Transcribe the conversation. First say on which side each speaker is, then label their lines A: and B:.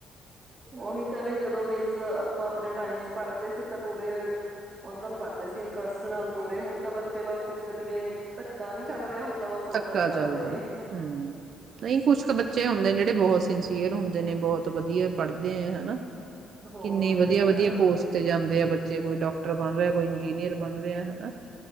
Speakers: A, on the right (about 20°); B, on the right (about 45°).
A: ਉਹੀ ਤਾਂ ਵੀ ਜਦੋਂ ਮੀਨਸ ਆਪਾਂ ਆਪਣੇ ਟਾਈਮ ਚ ਪੜ੍ਹਦੇ ਸੀ ਤੇ ਪੂਰੇ ਉਹ ਨਾਲ ਪੜ੍ਹਦੇ ਸੀ ਇੰਟਰਸਟ ਨਾਲ ਪੂਰੇ ਹੁਣ ਤਾਂ ਬੱਚੇ ਬਸ ਇੱਕ ਜਿਵੇਂ ਧੱਕਾ ਨੀ ਚੱਲ ਰਿਹਾ ਬਸ ਓਦਾਂ
B: ਧੱਕਾ
A: ਹੀ ਚੱਲਦੇ
B: ਚੱਲਦਾ
A: ਨੇ
B: ਹਮ ਨਹੀਂ ਕੁਛ ਕੁ ਬੱਚੇ ਹੁੰਦੇ ਜਿਹੜੇ ਬਹੁਤ ਸਿੰਸੀਅਰ ਹੁੰਦੇ ਨੇ ਬਹੁਤ ਵਧੀਆ ਪੜ੍ਹਦੇ ਆ ਹਨਾ
A: ਹੋਰ
B: ਕਿੰਨੀ ਵਧੀਆ
A: ਕਿਆ
B: ਵਧੀਆ ਪੋਸਟ ਤੇ ਜਾਂਦੇ ਆ ਬੱਚੇ ਕੋਈ ਡਾਕਟਰ ਬਣ ਰਿਹਾ ਕੋਈ ਇੰਜੀਨੀਅਰ ਬਣ ਰਿਹਾ ਹਨਾ